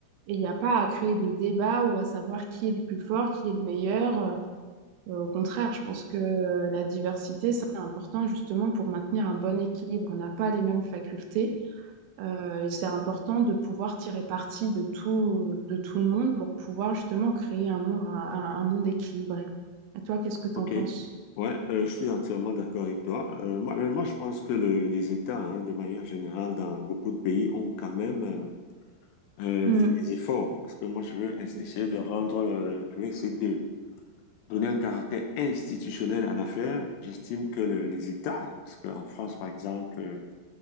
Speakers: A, on the right; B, on the left.
A: et il n'y a pas à créer des débats ou à savoir qui est le plus fort, qui est le meilleur. euh, euh, au contraire, je pense que la diversité, c'est important justement pour maintenir un bon équilibre. On n'a pas les mêmes facultés euh, et c'est important de pouvoir tirer parti de tout, de tout le monde pour pouvoir justement créer un monde, un, un monde équilibré. Et toi, qu'est-ce que tu
B: ok.
A: en penses?
B: Ouais, euh, je suis entièrement d'accord avec toi. Euh, moi, mais moi, je pense que le- les États, hein, de manière générale, dans beaucoup de pays, ont quand même euh, Euh,
A: Mm,
B: fais des efforts parce que moi je veux ess-
A: Oui.
B: essayer de rendre, euh, je veux essayer de donner un caractère institutionnel à l'affaire. J'estime que le- les États, parce qu'en France par exemple, euh,